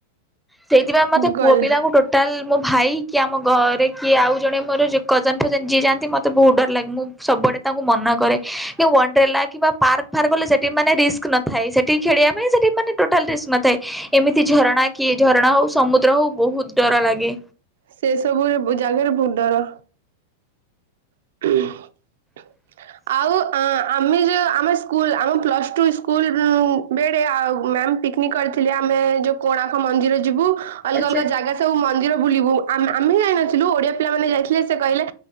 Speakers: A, in the centre; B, on the right.
A: ସେଇଥିପାଇଁ ମତେ
B: ଗଲା
A: ମୁଁ ଟୋଟାଲ ମୋ ଭାଇ କି ଆମ ଘରେ କିଏ ଆଉ ଜଣେ ମୋର ଯେ କଜନ ଫଜନ ଯିଏ ଯାଆନ୍ତି ମତେ ବହୁତ ଡର ଲାଗେ ମୁଁ ସବୁଆଡେ ତାଙ୍କୁ ମନା କରେ କି ୱାନଡ୍ରଲା କିବା ପାର୍କ ଫାର୍କ ଗଲେ ସେଠି ମାନେ ରିସ୍କ ନ ଥାଏ ସେଠି ଖେଳିବା ପାଇଁ ସେଠି ମାନେ ଟୋଟାଲ ରିସ୍ ନ ଥାଏ ଏମିତି ଝରଣା କିଏ ଝରଣା ହଉ ସମୁଦ୍ର ହଉ ବହୁତ ଡର ଲାଗେ।
B: ସେସବୁରେ ବ ଜାଗାରେ ବହୁତ୍ ଡର। <inaudible>
A: <unintelligible>
B: ଆଉ ଆ ଆମେ ଯେଉଁ ଆମେ ସ୍କୁଲ ଆମ ପ୍ଲସ୍ ଟୁ ସ୍କୁଲ୍ ରୁ ବେଳେ ଆଉ ମ୍ୟାମ୍ ପିକନିକ କରିଥିଲେ ଆମେ ଯୋଉ କୋଣାର୍କ ମନ୍ଦିର ଯିବୁ ଅଲଗା
A: ଆଚ୍ଛା
B: ଅଲଗା ଜାଗା ସବୁ ମନ୍ଦିର ବୁଲିବୁ ଆମେ ଆମେ ଯାଇନଥିଲୁ ଓଡ଼ିଆ ପିଲାମାନେ ଯାଇଥିଲେ ସେ କହିଲେ